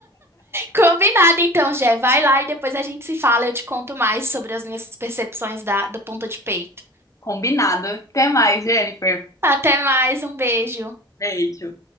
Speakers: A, on the right; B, on the left.
A: Combinado então, Jé. Vai lá e depois a gente se fala. Eu te conto mais sobre as minhas percepções da, do ponta de peito.
B: Combinado. Até mais, Jennifer.
A: Até mais, um beijo.
B: Beijo.